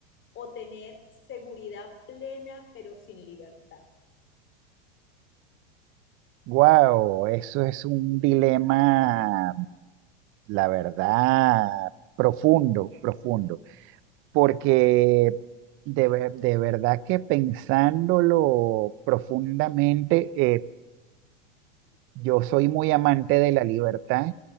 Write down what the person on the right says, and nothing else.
Wow, eso es un dilema, la verdad, profundo, profundo. porque de, ver- de verdad que pensándolo profundamente, eh, yo soy muy amante de la libertad